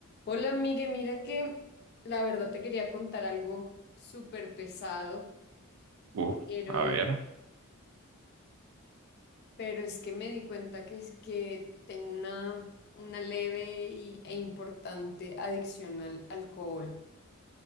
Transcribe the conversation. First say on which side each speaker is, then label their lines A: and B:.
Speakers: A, on the left (about 50°); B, on the right (about 70°).
A: Hola, Migue, mira que la verdad te quería contar algo súper pesado,
B: Uf,
A: pero,
B: a ver.
A: pero es que me di cuenta que es que tengo una, una leve y- e importante adicción al alcohol.